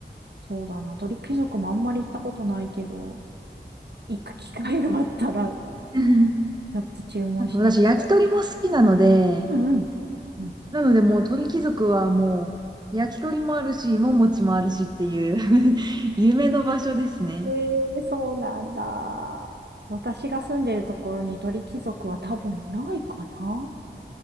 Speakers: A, on the right; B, on the right.
A: そうだな。鳥貴族もあんまり行ったことないけど、行く機会があったら、ち
B: うん。
A: ょっと注文してみよ
B: <laughs> あと私焼き鳥も好きなので、
A: う。うんうん。うん
B: なのでもう鳥貴族はもう焼き鳥もあるし、芋餅もあるしっていう <laughs> 夢の場所ですね。
A: えー、そうなんだ。私が住んでるところに鳥貴族は多分ないかな。